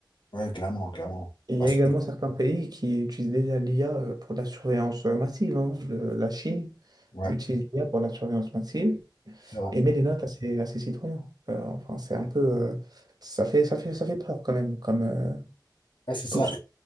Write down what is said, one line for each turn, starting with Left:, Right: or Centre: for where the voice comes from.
Left: Ouais, clairement, clairement.
Right: Il
Left: Parce
Right: y a également
Left: que-
Right: certains pays qui utilisent déjà l'IA euh, pour la surveillance euh, massive. hein. Le- la Chine
Left: ouais,
Right: utilise l'IA pour la surveillance massive
Left: c'est vrai.
Right: et met des notes à ses, à ses citoyens. Euh, enfin, c'est un peu, euh, ça fait, ça fait, ça fait peur quand même. Comme, euh,
Left: Ouais, c'est ça.
Right: comme... ce-